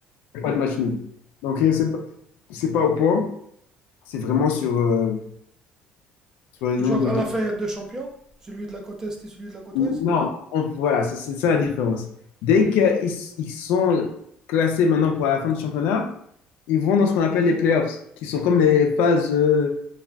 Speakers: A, on the left; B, on the right.
A: Il n'y a Pas de match nul. Donc, et c'est pas, c'est pas au point. C'est vraiment sur, euh, sur les
B: Et
A: nombres
B: genre, à
A: de...
B: la
A: games.
B: fin, il y a deux champions, celui de la côte Est et celui de la côte
A: Non,
B: Ouest.
A: on- voilà, c'est c'est ça la différence. Dès qu'ils ils sont classés maintenant pour la fin du championnat, ils vont dans ce qu'on appelle les playoffs, qui sont comme les phases euh,